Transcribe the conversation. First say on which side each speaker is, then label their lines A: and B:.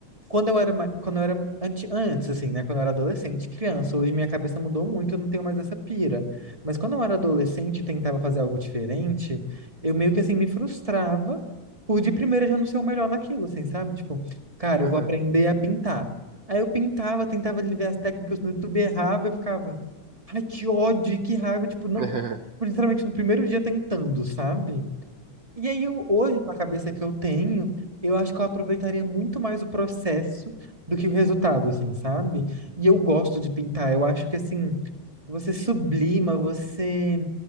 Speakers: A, on the right (about 15°); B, on the right (about 75°).
A: quando eu era, ma- quando eu era anti, antes, assim, né? Quando eu era adolescente, criança, hoje minha cabeça mudou muito, eu não tenho mais essa pira. Mas quando eu era adolescente e tentava fazer algo diferente, eu meio que assim me frustrava por de primeira já não ser o melhor naquilo, assim, sabe? Tipo, cara,
B: aham,
A: eu vou aprender a pintar. Aí eu pintava, tentava ver as técnicas no YouTube, errava, eu ficava, ai, que ódio, que raiva, tipo, não,
B: <laughs> aham,
A: literalmente no primeiro dia tentando, sabe? E aí, eu, hoje, com a cabeça que eu tenho, eu acho que eu aproveitaria muito mais o processo do que o resultado, assim, sabe? E eu gosto de pintar. Eu acho que, assim, você sublima, você